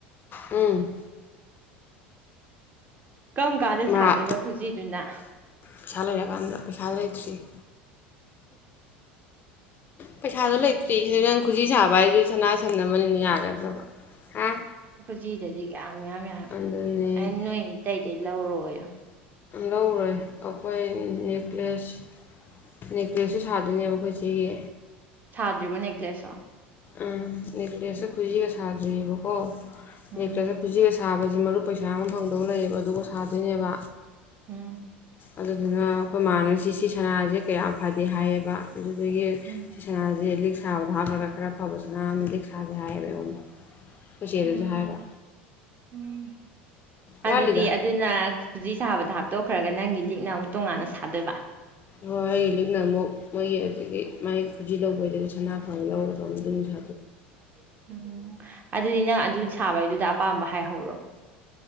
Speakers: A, on the left; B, on the right.
A: ꯎꯝ
B: ꯀꯔꯝ ꯀꯥꯟꯗ
A: ꯃꯥ
B: ꯁꯥꯗꯣꯏꯔꯤꯕ ꯈꯨꯖꯤꯗꯨꯅ
A: ꯄꯩꯁꯥ ꯂꯩꯔꯀꯥꯟꯗ ꯄꯩꯁꯥꯗꯣ ꯂꯩꯇ꯭ꯔꯤ ꯄꯩꯁꯥꯗꯣ ꯂꯩꯇꯦ ꯀ ꯅꯪ ꯈꯨꯖꯤ ꯁꯥꯕ ꯍꯥꯏꯗꯨ ꯁꯅꯥ ꯁꯟ ꯑꯃꯅꯤꯅ ꯌꯥꯒꯗ꯭ꯔꯕ ꯍꯥ
B: ꯖꯤꯗꯗꯤ ꯀꯌꯥꯝ ꯌꯥꯝ ꯌꯥꯝ
A: ꯑꯗꯨꯅꯦ
B: ꯑꯩ ꯅꯣꯏ ꯑꯇꯩꯗꯒꯤ ꯂꯧꯔꯣꯏ
A: ꯂꯧꯔꯦ ꯑꯩꯈꯣꯏ ꯅꯦꯛꯀ꯭ꯂꯦꯁ ꯅꯦꯛꯀ꯭ꯂꯦꯁꯁꯨ ꯁꯥꯗꯣꯏꯅꯦꯕ ꯑꯩꯈꯣꯏ ꯏꯆꯦꯒꯤ
B: ꯁꯥꯗ꯭ꯔꯤꯕ ꯅꯦꯛꯀ꯭ꯂꯦꯁꯣ
A: ꯎꯝ ꯅꯦꯛꯀꯂꯦꯁꯇ ꯈꯨꯖꯤꯒ ꯁꯥꯗ꯭ꯔꯤꯑꯕꯀꯣ
B: ꯎꯝ
A: ꯅꯦꯛꯀ꯭ꯂꯦꯁꯇ ꯈꯨꯖꯤꯒ ꯁꯥ ꯁꯥꯕꯁꯤ ꯃꯔꯨꯞ ꯄꯩꯁꯥ ꯑꯃ ꯐꯪꯗꯧ ꯂꯩꯌꯦꯕ ꯑꯗꯨꯒ ꯁꯥꯗꯣꯏꯅꯦꯕ
B: ꯎꯝ
A: ꯑꯗꯨꯗꯨꯅ ꯑꯩꯈꯣꯏ ꯃꯃꯥꯟꯅꯁꯤ ꯁꯤ ꯁꯅꯥꯁꯦ ꯀꯌꯥꯝ ꯐꯗꯦ ꯍꯥꯏꯌꯦꯕ ꯑꯗꯨꯗꯒꯤ ꯏꯁꯤꯁꯥꯁꯦ
B: ꯎꯝ
A: ꯂꯤꯛ ꯁꯥꯕꯗ ꯍꯥꯞꯈ꯭ꯔꯒ ꯈꯔ ꯐꯕꯁꯨꯅꯣꯟꯗꯗꯤꯛ ꯁꯥꯥꯁꯦ ꯍꯥꯏꯌꯦꯕ ꯑꯩꯉꯣꯟꯗ ꯀꯩꯆꯦꯗꯁꯨ
B: ꯎꯝ
A: ꯍꯥꯏꯕ
B: ꯎꯝ
A: ꯋꯥꯠꯂꯤꯗ
B: ꯑꯗꯨꯗꯤ ꯑꯗꯨꯅꯖꯤ ꯁꯥꯕꯗ ꯍꯥꯞꯇꯣꯛꯈ꯭ꯔꯒ ꯅꯪꯒꯤ ꯂꯤꯛꯅ ꯑꯃꯨꯛ ꯇꯣꯉꯥꯟꯅ ꯁꯥꯗꯣꯏꯕ
A: ꯍꯣꯏ ꯂꯤꯛꯅ ꯑꯃꯨꯛ ꯃꯣꯏꯒꯤ ꯑꯗꯨꯗꯒꯤ ꯃꯥꯏ ꯈꯨꯖꯤ ꯂꯧꯕꯩꯁꯤꯗ ꯁꯅꯥ ꯐꯕ ꯌꯥꯎꯔꯒ ꯃꯗꯨ ꯅꯤꯡꯅꯨꯡꯁ
B: <inaudible> ꯎꯝ ꯑꯗꯨꯗꯤ ꯅꯪ ꯑꯗꯨ ꯁꯥꯕꯩꯗꯨꯗ ꯑꯄꯥꯝꯕ ꯍꯥꯏꯍꯧꯔꯣ